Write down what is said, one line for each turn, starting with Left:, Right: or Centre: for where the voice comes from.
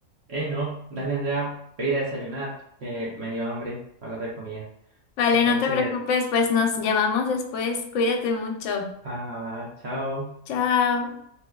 Right: eh, no, dale, Andrea, voy a ir a desayunar, que me dio hambre hablar de comida.
Left: Vale,
Right: Entonces,
Left: no te preocupes, pues nos llamamos después. Cuídate mucho.
Right: ah, va, chao.
Left: Chao.